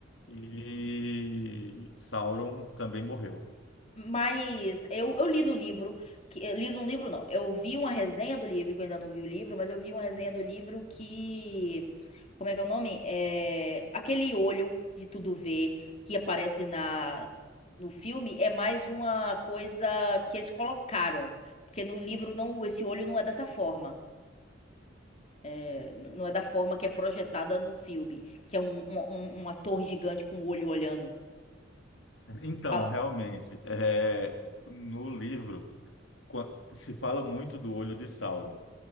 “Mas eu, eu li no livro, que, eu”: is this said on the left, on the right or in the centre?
Left